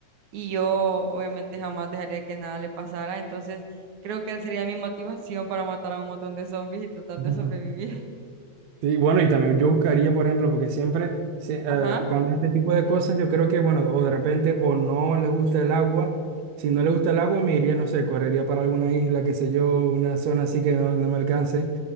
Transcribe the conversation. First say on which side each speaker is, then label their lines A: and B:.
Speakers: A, on the right; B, on the right.
A: y yo obviamente jamás dejaría que nada le pasara, entonces creo que él sería mi motivación para matar a un montón de zombies y tratar
B: ujú.
A: de sobrevivir. <laughs>
B: Sí, bueno, y también yo buscaría, por ejemplo, porque siempre, se- eh,
A: Ajá,
B: cuando este tipo de cosas, yo creo que, bueno, o de repente o no les gusta el agua. Si no les gusta el agua, me iría, no sé, correría para alguna isla, qué sé yo, una zona así que no, no me alcance.